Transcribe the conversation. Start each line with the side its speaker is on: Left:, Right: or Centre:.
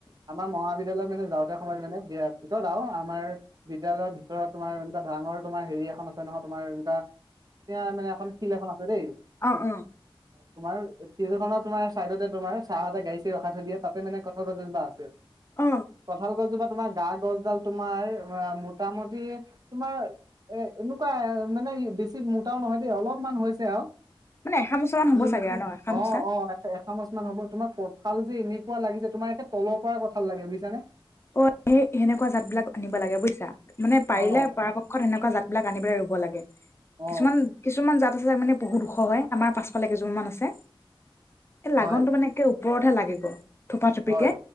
Right: আমাৰ মহাবিদ্যালয়ত‌‌ মানে। যাওঁতে সময়ত মানে বিয় ভিতৰত আও আমাৰ বিদ্যালয়ৰ ভিতৰত তোমাৰ এনেকুৱা ডাঙৰ তোমাৰ হেৰি এখন আছে। নহয় তোমাৰ এটা। এতিয়া মানে এখন শিল এখন আছে দেই।
Left: অ অ
Right: তোমাৰ ফিলখনৰ তোমাৰ চাইডতে তোমাৰ চাৰহঁতে গাড়ী চাৰী ৰখাই থৈ দিয়ে তাতে মানে কঠাল গছ এজোপা আছে।
Left: অ
Right: কঁঠাল গছজোপাত‌ তোমাৰ গা-গছডাল তোমাৰ মোটামুটি তোমাৰ এ এনেকুৱা মানে বেছি মোটাও নহয় দেই অলপমান হৈছে আৰু।
Left: মানে এসামোচা মান হ'ব
Right: কিন্তু,
Left: চাগে আৰু ন এসামোচা
Right: অ, অ এখন কি হ'ব তোমাৰ কপাল যে এনেকুৱা লাগিছে তোমাৰ একে তলৰ পৰা কঁঠাল লাগে বুইছানে।
Left: অ সেই সেনেকুৱা জাত বিলাক আনিব লাগে বুজিছা। মানে পাৰিলে
Right: অ
Left: পৰাপক্ষত সেনেকোৱা জাতবিলাক আনি পেলাই ৰুব লাগে।
Right: অ
Left: কিছুমান কিছুমান জাত। তাৰ মানে বহুত ওখ হয় আমাৰ পাছফালে কেইজোপা মান আছে। এই
Right: হয়
Left: লাগনটো মানে একে ওপৰতহে লাগে গ'ই। থোপাথোপি
Right: হয়
Left: কে